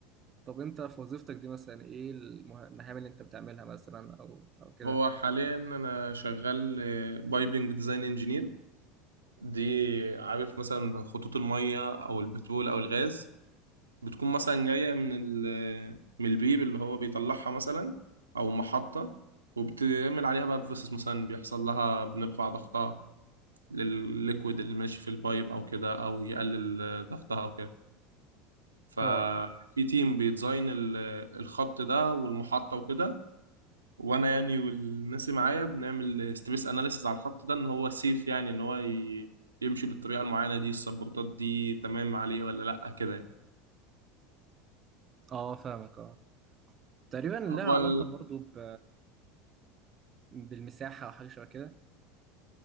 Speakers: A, on the right (about 30°); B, on the right (about 75°).
A: طب انت في وظيفتك دي مثلا ايه المه- المهام اللي انت بتعملها مثلا او او كده
B: هو حاليا انا شغال بايبنج ديزاين انجينير دي عارف مثلا خطوط المية او البترول او الغاز بتكون مثلا جاية من ال- من البير اللي هو بيطلعها مثلا او محطة وبتعمل عليها بقى بروسيس مثلا بيحصل لها بنرفع ضغطها للليكويد اللي ماشي في البايب او كده او يقلل آه، ضغطها او كده ففي
A: اه
B: تيم بيديزاين ال- الخط ده والمحطة وكده وانا يعني والناس اللي معايا بنعمل ستريس اناليسيز على الخط ده ان هو سيف يعني ان هو ي- يمشي بالطريقة المعينة دي السبورتات دي تمام عليه ولا لا كده يعني.
A: اه فاهمك اه تقريبا لها
B: هو
A: علاقه
B: ال
A: برضو ب... بالمساحه او حاجه شبه كده